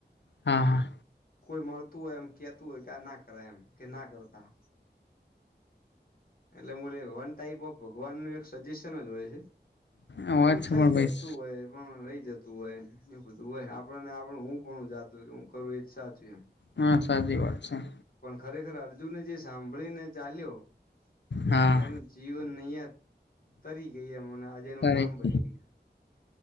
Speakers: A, on the left (about 75°); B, on the left (about 55°).
A: હા હા.
B: કોઈ મળતું હોય એમ કેતું હોય કે ના કરાય એમ કે ના કરતા. એટલે મુદ્દે વન ટાઈપ ઓફ ભગવાન નું એક સજેશન જ હોય છે.
A: હા વાત
B: પણ
A: છે
B: થઇ
A: ભાઈ
B: જતું હોય. પણ રહી જતું હોય એ બધું હોય આપડ ને આપડું હું પણ જાતું હોય હું કરું એ જ સાચું એમ.
A: હા સાચી વાત છે.
B: પણ ખરેખર અર્જુનને જે સાંભળીને ચાલ્યો-
A: હા
B: તો એનું જીવન નહયા તરી ગયા મને આજે એનું
A: સારી
B: નામ બની ગય-